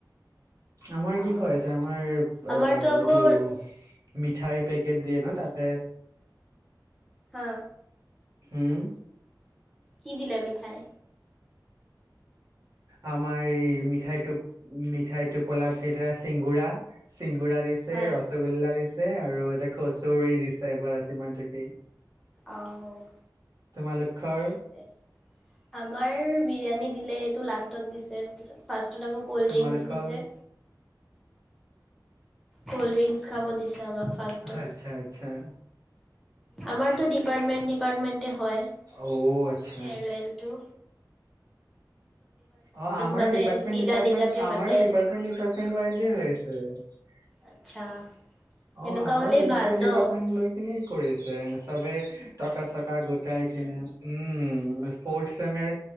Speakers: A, on the right; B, in the centre.
A: আমাৰ
B: আৰু
A: কি খোৱাইছে, আমাৰ অ',
B: আমাৰতো আকৌ
A: এইটো। মিঠাইৰ পেকেট দিয়ে ন', তাতে।
B: হা
A: হুম।
B: কি দিলে মিঠাই?
A: আমাৰ এই মিঠাইটো। উ মিঠাই টোপোলাত তেতিয়া চিংগুৰা, চিংগুৰা দিছে
B: হয়।
A: ৰসগোল্লা দিছে। আৰু এটা কচোৰি দিছে, বাচ ইমানটোকে।
B: অ',
A: তোমালোকৰ
B: ঠিকেই আছে আমাৰ বিৰিয়ানী। লে, এইটো লাষ্টত দিছে, পিছত ফাষ্ট। আকৌ কল্ড
A: তোমালোকৰ
B: ড্ৰিংকচ দিছে। কল ড্ৰিংকচ খাব দিছে। আমাক ফাৰ্ষ্টত,
A: আচ্ছা আচ্ছা।
B: আমাৰতটো ডিপাৰ্মেণ্ট ডিপাৰ্মেণ্ট। হয় ফেয়াৰৱেলটো।
A: অ আচ্ছা অ আমাৰ
B: মানে
A: ডিপাৰ্টমেন্ট
B: নিজা
A: ডিপাৰ্টমেণ্ট
B: নিজাকে
A: আমাৰো
B: পাতে।
A: ডিপাৰ্টমেন্ট ডিপাৰ্টমেন্ট ৱাইজে হৈছে
B: আচ্ছা
A: অ
B: তেনেকুৱা
A: আমাৰো
B: হ'লেই
A: ডিপাৰ্টমেন্ট
B: ভাল ন?
A: ডিপাৰ্টমেন্ট লৈ কিিনি কৰিছে চবে টকা চকা গোটাই কিনে উে